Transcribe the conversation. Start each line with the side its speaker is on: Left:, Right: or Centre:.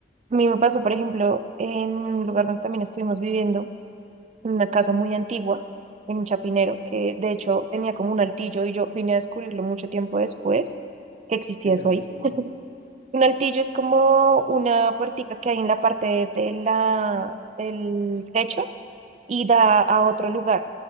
Right: A mí me pasó, por ejemplo, en un lugar donde también estuvimos viviendo. en una casa muy antigua en Chapinero, que de hecho tenía como un altillo y yo vine a descubrirlo mucho tiempo después que existía
Left: ¿Qué es
Right: eso
Left: eso?
Right: ahí.
Left: Disculpa.
Right: Un altillo es como una puertica que hay en la parte de la, del techo y da a otro lugar,